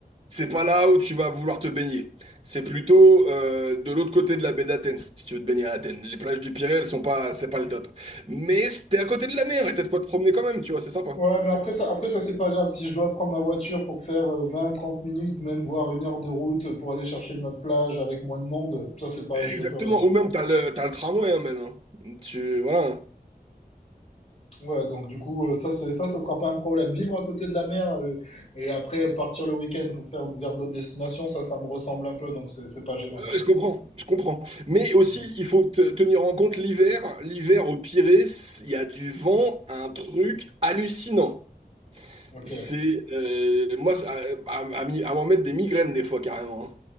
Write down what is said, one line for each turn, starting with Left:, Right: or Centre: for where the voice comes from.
Right: c'est pas là où tu vas vouloir te baigner. C'est plutôt euh, de l'autre côté de la baie d'Athènes, si tu veux te baigner à Athènes. Les plages du Pirée, elles sont pas. C'est pas le top. Mais t'es à côté de la mer et t'as de quoi te promener quand même, tu vois, c'est sympa.
Left: Ouais, mais après ça, après ça, c'est pas grave. Si je dois prendre ma voiture pour faire euh, 20, 30 minutes, même voire une heure de route pour aller chercher notre plage avec moins de monde, ça c'est pareil,
Right: Exactement,
Left: je le ferai quoi.
Right: ou même t'as le, t'as le tramway hein, même. hein. Tu, voilà.
Left: Ouais, donc du coup, euh, ça, c'est, ça, ça sera pas un problème. Vivre à côté de la mer euh, et après partir le week-end pour faire vers d'autres destinations, ça, ça me ressemble un peu, donc c'est, c'est pas gênant
Right: Euh,
Left: quoi.
Right: je comprends, je comprends. Mais
Left: Ouais.
Right: aussi, il faut te- tenir en compte l'hiver. L'hiver au Pirée, c- il y a du vent, un truc hallucinant.
Left: Ok.
Right: C'est, euh, moi, ça- à, à, à m'y- à m'en mettre des migraines des fois carrément. hein.